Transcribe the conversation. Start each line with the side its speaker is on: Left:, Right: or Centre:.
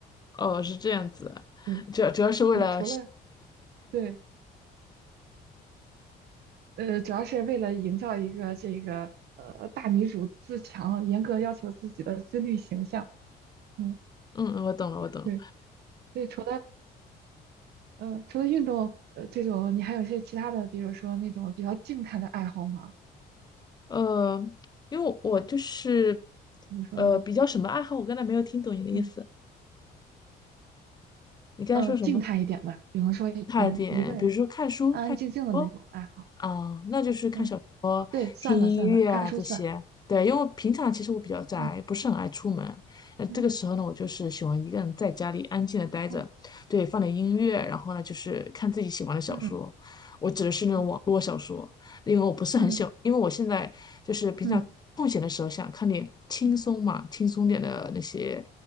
Left: 哦，是这样子啊主要主要是为了，
Right: 对，然后除了对，呃，主要是为了营造一个这个呃大女主自强、严格要求自己的自律形象。嗯，
Left: 嗯嗯，我懂了，我懂了。
Right: 对，所以除了呃除了运动呃这种，你还有一些其他的，比如说那种比较静态的爱好吗？
Left: 呃，因为我就是
Right: 比如说
Left: 呃比较什么爱好，我刚才没有听懂你的意思，
Right: 嗯
Left: 你刚才说什么？
Right: 嗯、呃静态一点的，比方说一嗯一个人
Left: 差一点，比如说看书、
Right: 安安静静的那种爱好。
Left: 看哦嗯，那就是看小说、
Right: 嗯，对，算的算的，
Left: 听音乐啊这些。
Right: 看书算。
Left: 对，因为我平常其实我比较宅，
Right: 嗯
Left: 不是很爱出门。那这个时候呢，
Right: 嗯
Left: 我就是喜欢一个人在家里安静的待着，
Right: 哦
Left: 对，放点音乐，然后呢就是看自己喜欢的小说。
Right: 嗯。
Left: 我指的是那种网络小说，
Right: 嗯
Left: 因为我不是很喜欢，
Right: 嗯
Left: 因为我现在就是平常空闲的时候想看点轻松嘛，
Right: 嗯嗯
Left: 轻松点的那些，